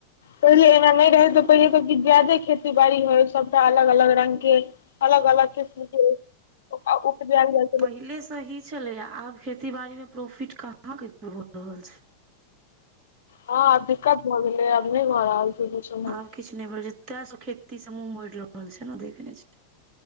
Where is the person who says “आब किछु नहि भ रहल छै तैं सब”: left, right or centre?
Right